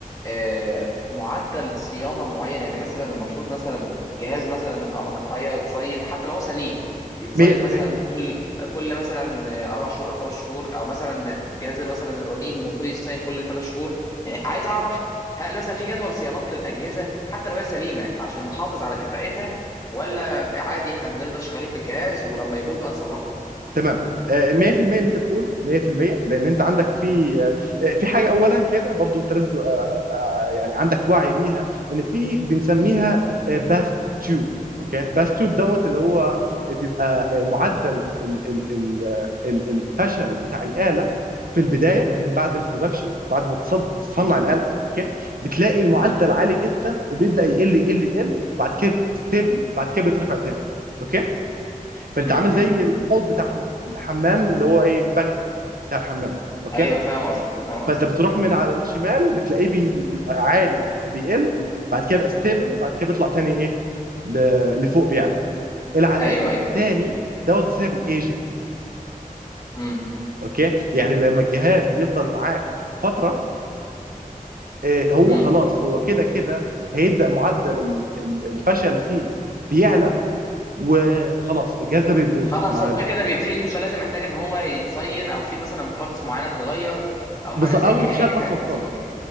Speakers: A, on the left (about 25°); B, on the right (about 80°).
A: آه، معدل صيانه معين يعني مثلا المفروض مثلا جهاز مثلا الأقمة القطعيه يتصين حتى لو هو سليم يتصين
B: 100%
A: مثلا كل كل مثلا آه، اربع شهور او خمس شهور او مثلا جهاز مثلا الرنين المفروض يتصين كل ثلاث شهور يعني عايز اعرف هل مثلا في جدول صيانات للاجهزه حتى لو هي سليمه عشان نحافظ على كفاءتها ولا عادي احنا بنفضل شغالين بالجهاز ولما يبوظ بقى نصلحه
B: تمام آه، 100% اللي انت بتقوله 100% لان انت عندك في آه، في حاجه اولا كده برضو انت لازم تبقى آه، آه، آه، يعني عندك وعي بيها ان في بنسميها
A: مم.
B: آه، باث تيوب اوكي باث تيوب دوت اللي هو بيبقى آه، معدل ال- ال- ال- ال- الفشل بتاع الاله في البدايه من بعد البرودكشن بعد ما تصد- تصنع
A: مم.
B: الاله اوكي بتلاقي المعدل
A: مم.
B: عالي جدا وبيبدا يقل يقل يقل بعد كده بيبقى ستيبل بعد كده بيترفع تاني اوكي فانت
A: مم.
B: عامل زي
A: مم.
B: الحوض بتاع حم- الحمام اللي هو ايه البانيو بتاع الحمام اوكي
A: ايوه فاهم قصدك فاهم
B: فانت
A: قصدك
B: بتروح من على الشمال بتلاقيه بي- بيبقى عالي وبيقل بعد كده بيبقى ستيبل بعد كده بيطلع تاني ايه ل- لفوق بيعلى العليان
A: ايوه
B: التاني
A: ايوه
B: دوت بسبب الايجنج
A: مم.
B: اوكي يعني لما الجهاز بيفضل معاك فتره آه، هو
A: مم.
B: خلاص هو كده كده هيبدا معدل ال- ال- الفشل فيه بيعلى وخلاص الجهاز ده بيبوظ
A: خلاص
B: ما
A: هو كده كده بيبتدي بص هو لازم محتاج ان هو يتصين او في مثلا بارتس معينه تتغير او
B: بز-
A: حاجه زي
B: او
A: كده
B: يتشال
A: يعني اي حاجه
B: اصلا
A: من هذا
B: خالص
A: القبيل